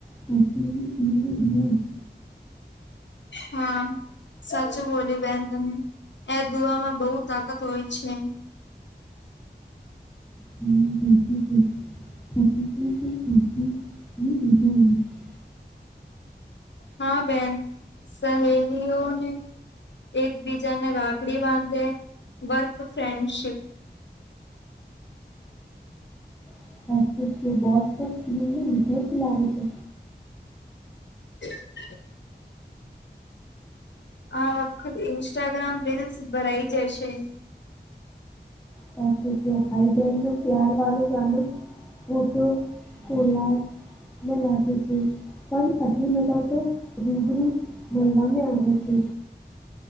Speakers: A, in the centre; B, on the left.
A: તો તો હું બોલું ધીમું? <unintelligible>
B: હા. સાચું બોલી બેન તને, એ દુવામાં બહુ તાકાત હોય છે.
A: <unintelligible> <unintelligible> <unintelligible>
B: હા બેન, સહેલીઓને એકબીજાને રાખડી બાંધે, વર્ક ફ્રેન્ડશીપ.
A: આવે બોસ કમ તો રીતે જ લાગે છે.
B: <inaudible> આ વખત ઇન્સ્ટાગ્રામ રિલસ ભરાઈ જશે.
A: સાચું છે ભાઈ બહેનનું પ્યાર વાલો. ફોટો ખોલાય. ન લાગે છે, પણ આટલી મજા તો રૂબરૂ મળવામાં આવે છે.